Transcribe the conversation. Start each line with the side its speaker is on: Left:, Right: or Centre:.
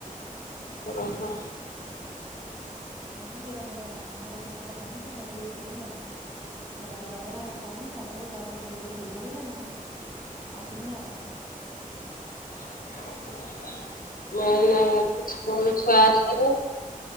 Left: ଓ ହୋ।
Right: ବେ ତାଙ୍କର ଆର ସେ ପନଙ୍ଗ ବେ କଲ <inaudible> ଯାଇଥିଲା ପରେ ଆମେ ଖାଇନୁ ଖାଇନୁ ମୋ ଝିଅକୁ ଶୋଇ ପକେଇ ଦେ ଆସିନି ଆଉ।
Left: <unintelligible>
Right: <unintelligible> ହଁ
Left: ଏଇନା ସ୍କୁଲ ଛୁଆ ଆସିବେ